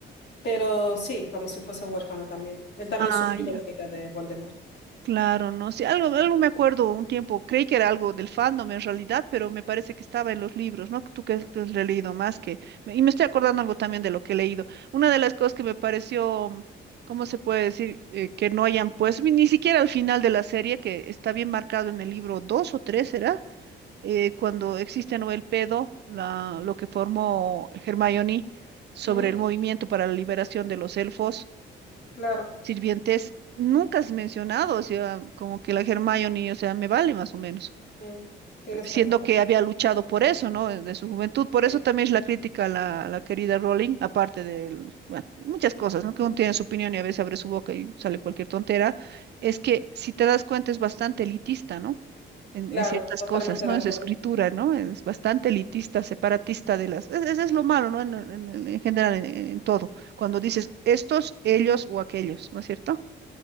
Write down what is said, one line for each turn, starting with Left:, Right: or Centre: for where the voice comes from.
Left: pero sí, como si fuese huérfano también. Él también
Right: Ah,
Left: sufrió
Right: ya.
Left: la ira de Voldemort.
Right: Claro, no sé, algo, algo me acuerdo un tiempo, creí que era algo del fandom en realidad, pero me parece que estaba en los libros, ¿no? Tú que has leído más que... me- Y me estoy acordando algo también de lo que he leído. Una de las cosas que me pareció, mm, ¿cómo se puede decir? eh, que no hayan, pues, ni ni siquiera al final de la serie, que está bien marcado en el libro 2 o 3 ¿era? Eh, cuando existe Noel Pedo, la, lo que formó Hermione sobre
Left: Ujú,
Right: el movimiento para la liberación de los elfos
Left: claro.
Right: sirvientes nunca has mencionado, o sea, como que la Hermione, o sea, me vale más o menos,
Left: Mm, Tienes
Right: pe- siendo
Left: razón,
Right: que había luchado por eso, ¿no? De su juventud, por
Left: sí,
Right: eso también es la crítica a la, a la querida Rowling, aparte del, bueno, muchas cosas, ¿no? Que uno tiene su opinión y a veces abre su boca y sale cualquier tontera, es que si te das cuenta es bastante elitista, ¿no? En,
Left: claro,
Right: en ciertas
Left: totalmente
Right: cosas, ¿no?
Left: de acuerdo,
Right: Es escritura, ¿no? Es bastante elitista,
Left: sí,
Right: separatista de las... Ese es lo malo, ¿no? En, en- en general, en en todo. Cuando dices estos, ellos o aquellos, ¿no es cierto?